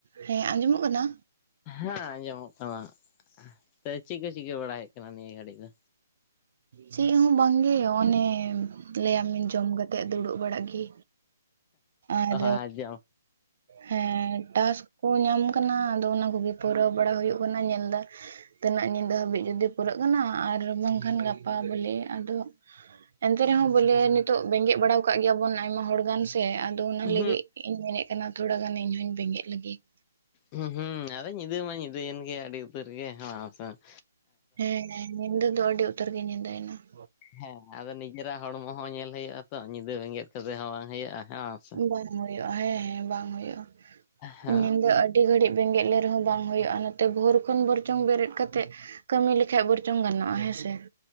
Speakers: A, on the right; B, on the left.
A: ᱦᱮᱸ ᱟᱸᱡᱚᱢᱚᱜ ᱠᱟᱱᱟ
B: ᱦᱮᱸ ᱟᱸᱡᱚᱢᱚᱜ ᱠᱟᱱᱟ ᱥᱮ ᱪᱮᱫ ᱠᱚ ᱪᱤᱠᱟᱹ ᱵᱟᱲᱟ ᱦᱩᱭᱩᱜ ᱠᱟᱱᱟ ᱱᱤᱭᱟᱹ ᱜᱷᱟᱹᱲᱤᱜ ᱫᱚ
A: ᱪᱮᱜ ᱦᱚᱸ ᱵᱟᱝᱜᱮ ᱚᱱᱮ ᱞᱮᱟᱢᱤᱧ ᱡᱚᱢ ᱠᱟᱛᱮ ᱫᱩᱲᱩᱵ ᱵᱟᱲᱟᱜ ᱜᱮ ᱟᱨ
B: ᱚ ᱟᱸᱡᱚᱢ
A: ᱦᱮᱸ ᱴᱟᱥ ᱠᱚ ᱧᱟᱢ ᱠᱟᱱᱟ ᱟᱫᱚ ᱚᱱᱟ ᱠᱚᱜᱮ ᱯᱩᱨᱟᱹᱣ ᱵᱟᱲᱟ ᱦᱩᱭᱩᱜ ᱠᱟᱱᱟ ᱧᱮᱞ ᱫᱟᱭ ᱛᱤᱱᱟᱜ ᱧᱤᱫᱟᱹ ᱦᱟᱹᱵᱤᱡ ᱡᱩᱫᱤ ᱯᱩᱨᱟᱹᱜ ᱠᱟᱱᱟ ᱟᱨ ᱵᱟᱝᱠᱷᱟᱱ ᱜᱟᱯᱟ ᱵᱚ ᱞᱮᱭ ᱟ ᱟᱫᱚ ᱮᱱᱛᱮ ᱨᱮᱦᱚᱸ ᱵᱚᱞᱮ ᱱᱤᱛᱚᱜ ᱵᱮᱸᱜᱮᱫ ᱵᱟᱲᱟᱣᱠᱟᱫ ᱜᱮᱭᱟ ᱵᱚᱱ ᱟᱭᱢᱟ ᱦᱚᱲ ᱜᱟᱱ ᱥᱮ ᱟᱫᱚ ᱚᱱᱟ ᱞᱟᱹᱜᱤᱫ
B: ᱦᱩᱸ
A: ᱤᱧ ᱢᱮᱱᱮᱫ ᱠᱟᱱᱟ ᱛᱷᱚᱲᱟ ᱜᱟᱱ ᱤᱧ ᱦᱚᱸᱧ ᱵᱮᱸᱜᱮᱫ ᱞᱮᱜᱮ ᱾
B: ᱦᱩᱸ ᱦᱩᱸ ᱟᱫᱚ ᱧᱤᱫᱟᱹ ᱢᱟ ᱧᱤᱫᱟᱹᱭᱮᱱ ᱜᱮᱭᱟ ᱟᱹᱰᱤ ᱩᱛᱟᱹᱨ ᱜᱮ ᱦᱚᱸᱥᱮ ᱾
A: ᱦᱮᱸ ᱦᱮᱸ ᱧᱤᱫᱟᱹ ᱫᱚ ᱟᱹᱰᱤ ᱩᱛᱟᱹᱨ ᱜᱮ ᱧᱤᱫᱟᱹᱭᱮᱱᱟ ᱾
B: ᱦᱮᱸ ᱟᱫᱚ ᱱᱤᱡᱮᱨᱟᱜ ᱦᱚᱲᱢᱚ ᱦᱚᱸ ᱧᱮᱞ ᱦᱩᱭᱩᱜᱼᱟ ᱛᱚ ᱧᱤᱫᱟᱹ ᱵᱮᱸᱜᱮᱫ ᱠᱟᱛᱮ ᱦᱚᱸ ᱵᱟᱝ ᱦᱩᱭᱩᱜᱼᱟ ᱦᱮ ᱸᱵᱟᱝ ᱾
A: ᱵᱟᱝ ᱦᱩᱭᱩᱜᱼᱟ ᱦᱮᱸ ᱦᱮᱸ ᱵᱟᱝ ᱦᱩᱭᱩᱜᱼᱟ
B: ᱦᱮᱸ
A: ᱧᱤᱫᱟᱹ ᱟᱹᱰᱤ ᱟᱹᱰᱤ ᱜᱷᱟᱹᱲᱤᱜ ᱵᱮᱸᱜᱮᱫ ᱞᱮ ᱨᱮᱦᱚᱸ ᱵᱟᱝ ᱦᱩᱭᱩᱜᱼᱟ ᱱᱚᱛᱮ ᱵᱷᱳᱨ ᱠᱷᱚᱱ ᱵᱚᱨᱪᱚᱝ ᱵᱮᱨᱮᱛ ᱠᱟᱛᱮᱜ ᱠᱟᱹᱢᱤ ᱞᱮᱠᱷᱟᱡ ᱵᱚᱨᱪᱚᱢ ᱜᱟᱱᱚᱜᱼᱟ ᱦᱮᱸᱥᱮ ᱾